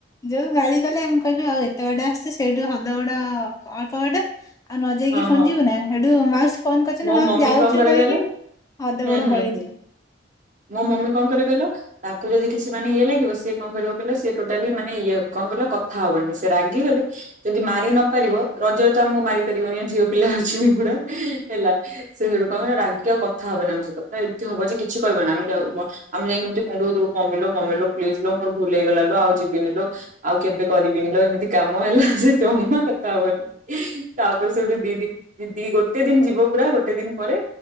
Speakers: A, on the left (about 20°); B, on the right (about 45°).
A: ଯୋଉ ଗାଳି କଲେ ଆମେ କହିଲୁ ଆଉ ଏତେ ବାଟ ଆସିଛୁ ସେଇଠୁ ହଦଗଡ ଅଳ୍ପ ବାଟ ଆଉ ନ ଯାଇ
B: ହଁ
A: ପୁଣି
B: ହଁ
A: ଯିବୁ ନା ସେଠୁ ମାଉସୀ ଫୋନ କରିଛନ୍ତି
B: ମୋ
A: ହଁ ଆମେ
B: ମମି
A: ଯାଉଛୁ
B: କଣ କରେ
A: କହିକି
B: କହିଲ
A: ଅଧଗୋଡ
B: ହୁଁ ହୁଁ
A: ପଳେଇଥିଲୁ।
B: ହୁଁ ମୋ ମମି କଣ କରେ କହିଲ ତା ତାକୁ ଯଦି କିଛି ମାନେ ଇଏ ଲାଗିବ ସିଏ କଣ କରିବ କହିଲ ସିଏ ଟୋଟାଲି ମାନେ ଇଏ କଣ କହିଲ କଥା ହବନି ସେ ରାଗିଗଲେ ଯଦି ମାରି ନପାରିବ ରଜରେ ତ ଆମକୁ ମାରି ପାରିବନି ଝିଅ ପିଲା ଅଛୁ ଏଗୁଡା। ହେଲା ସେ ସେଠୁ କଣ ହବ ନା ରାଗିକି ଆଉ କଥା ହବନି ଆମ ସହିତ ପୁରା ଏମିତି ହବ ଯେ କିଛି କିହିବନା ଆମେ କୁ ମ-ଆମେ ଯାଇ <unintelligible> ମମିଲୋ ମମିଲୋ ପ୍ଲିଜ୍ ଲୋ ମୋର ଭୁଲ ହେଇଗଲା ଲୋ ଆଉ ଯିବିନି ଲୋ ଆଉ କେବେ କରିବିନ ଲୋ ଏମିତି କାମ ହେଲା ସେ ଜମା କଥା ହବନି ତାପରେ ସେଠୁ ଦି ଦି ଦି ଗୋଟେ ଦିନ ଯି ବୋଉ ପୁରା ଗୋଟେ ଦିନ ପରେ